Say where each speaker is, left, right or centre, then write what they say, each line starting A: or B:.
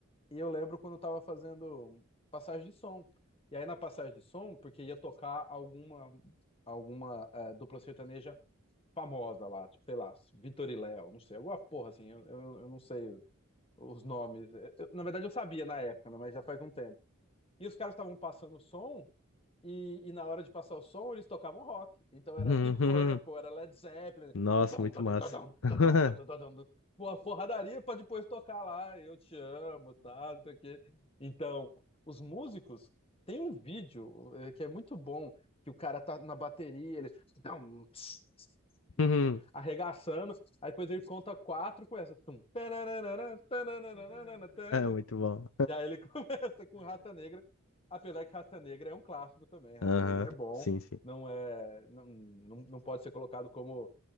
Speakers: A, on the left; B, on the left.
A: E eu lembro quando eu tava fazendo passagem de som. E aí, na passagem de som, porque ia tocar alguma, alguma eh, dupla sertaneja famosa lá, tipo, sei lá, Vitor e Léo, não sei, alguma porra assim, eu, eu, eu não sei os nomes. Eu- eu- na verdade, eu sabia na época, né, mas já faz um tempo. E os caras estavam passando o som. E, e na hora de passar o som, eles tocavam rock. Então
B: <laughs>
A: era Deep Purple, era Led Zeppelin.
B: Nossa,
A: tudum,
B: muito
A: tudum,
B: massa.
A: tudum, tudum,
B: <laughs>
A: tudum, tudum, tudum. Porra, Porradaria pra depois tocar lá, eu te amo, tá? Não sei o quê. Então, os músicos tem um vídeo eh, que é muito bom, que o cara tá na bateria, ele tudum, ps, ps, tum,
B: <laughs>
A: arregaçando, aí depois ele conta quatro com essa. tum, tarararara, tarararara, tarararara.
B: Muito bom.
A: E aí ele <laughs> começa com Rata Negra. Apesar que Raça Negra é um clássico também, Raça
B: Aham,
A: Negra é bom,
B: Sim, sim.
A: não é, não, não, não pode ser colocado como